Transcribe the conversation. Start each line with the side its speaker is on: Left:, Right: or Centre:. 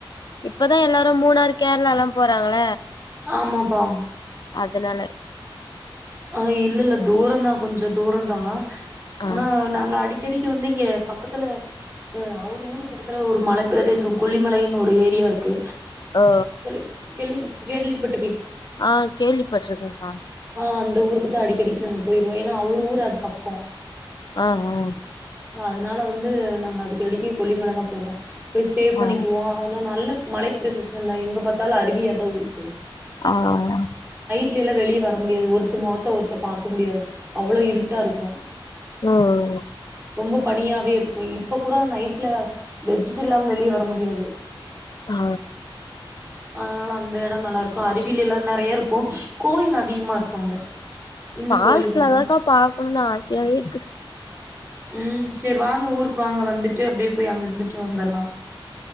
Left: இப்பதான் எல்லாரும் மூணாறு கேரளா எல்லா போறாங்கள
Right: ஆமாப்பா
Left: அதனால
Right: அ இல்ல இல்ல தூர தா கொஞ்ச தூர தா
Left: ஆ
Right: ஆனா நாங்க அடிக் க்கடிக்கு வந்து இங்க பக்கத்துல ஆ அவரு ஊரு பக்கத்துல ஒரு மல பிரதேசம் கொல்லி மலை ன்னு ஒரு ஏரியா இருக்கு
Left: ஓ
Right: கொல்லி க கேள்வி கேள்வி பட்
Left: ஆ கேள்விப்பட்ருக்கேக்கா
Right: ஆ அந்த ஊருக்கு தான் அடிக்க டிக்கு நாங்க போயிருவோ ஏன்னா அவர் ஊர் அது பக்க
Left: ஆஹ்ஹ
Right: அதனால வந்து நாங்க அதுக்கு அடிக்அடிக் கொல்லிமல தா போவோ போய் ஸ்டே பண்ணிக்குவோ
Left: ஆ ஆ
Right: அதெல்லா நல்ல மலைப்பிரதேசம்தா எங்க பாத்தாலு அருவியாதா ஊத்து
Left: ஆ ஆ
Right: ட்ல எல்லா வெளியே வர முடியாது ஒருத்த முகத்தை ஒருத்த பாக்க முடியாது அவ்ளோ இருட்டா இருக்கு
Left: ம் ம்
Right: ரொம்ப பனியாவே இருக்கு இப்ப கூட நைட்ல பெட்சிட் இல்லாம வெளியே வர முடியாது
Left: ஆ
Right: அதனால அந்த எட நல்லா இருக்கு அருவி எல்லா நறைய இருக்கு கோயில் அதிகமா இருக்கு அங்க இந்து
Left: ஃபால்ஸ்ல
Right: கோயில் வந்து
Left: தாக்கா பாக்கணும்னு ஆசையாவே இருக்கு
Right: ம் சரி வாங்க ஊருக்கு வாங்க வந்துட்டு அப்டியே போய் அங்க இருந்துட்டு வந்தடலா